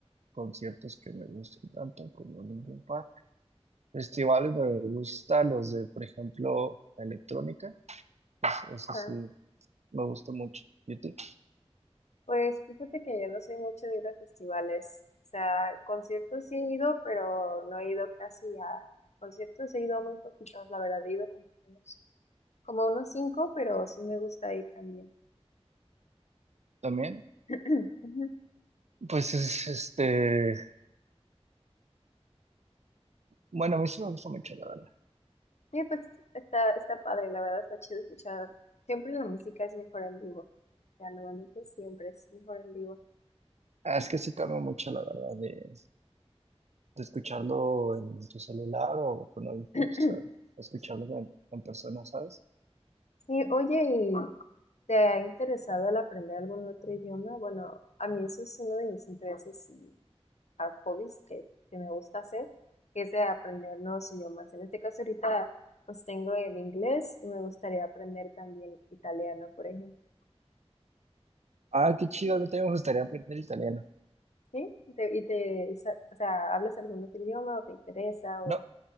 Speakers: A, on the right; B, on the left.
A: conciertos que me gusten tanto como Linkin Park. Festivales me gustan los de, por ejemplo, electrónica, es, eso
B: Ah,
A: sí, me gusta mucho. ¿Y a ti?
B: Pues fíjate que yo no soy mucho de ir a festivales. O sea, conciertos sí he ido, pero no he ido casi a conciertos. He ido a muy poquitos, la verdad. He ido como a unos, como a unos cinco, pero sí me gusta ir también.
A: También,
B: <clears throat> Ujú.
A: pues es este, bueno, a mí sí me gusta mucho, la verdad.
B: Sí, pues está, está padre, la verdad, está chido escuchar. Siempre la música es mejor en vivo. O sea, normalmente siempre es mejor en vivo.
A: Ah, Es que sí cambia mucho, la verdad, de, de escucharlo en tu celular o con audífonos,
B: <clears throat>
A: o escucharlo en, en persona, ¿sabes?
B: Sí, oye, y ¿Te ha interesado el aprender algún otro idioma? Bueno, a mí eso es uno de mis intereses y ah, hobbies que, que me gusta hacer, que es de aprender nuevos idiomas. En este caso ahorita pues tengo el inglés y me gustaría aprender también italiano, por ejemplo.
A: Ah, qué chido, a mí también me gustaría aprender italiano.
B: ¿Sí? ¿Te- y te, isa- o sea, hablas algún otro idioma o te interesa o...
A: No,